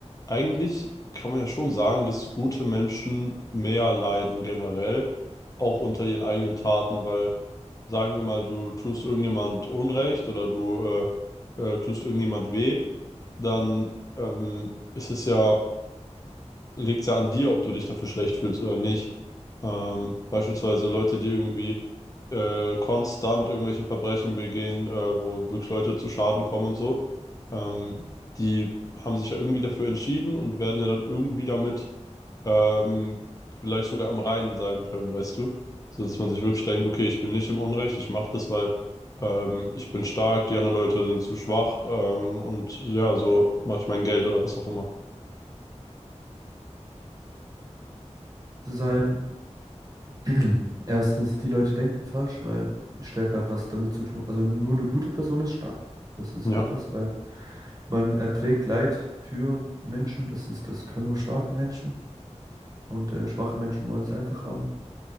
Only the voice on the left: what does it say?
eigentlich kann man ja schon sagen, dass gute Menschen mehr leiden generell, auch unter ihren eigenen Taten, weil sagen wir mal, du tust irgendjemand Unrecht oder du äh, äh, tust irgendjemand weh, dann ähm, ist es ja liegt ja an dir, ob du dich dafür schlecht fühlst oder nicht. Ähm, beispielsweise Leute, die irgendwie äh, konstant irgendwelche Verbrechen begehen, äh, wo wirklich Leute zu Schaden kommen und so, ähm, die haben sich ja irgendwie dafür entschieden und werden ja dann irgendwie damit ähm, vielleicht sogar am Reinen sein können, weißt du? So dass man sich wirklich denkt, okay, ich bin nicht im Unrecht, ich mache das, weil ähm, ich bin stark, die anderen Leute sind zu schwach ähm, und ja, so mache ich mein Geld oder was auch immer.
Ja.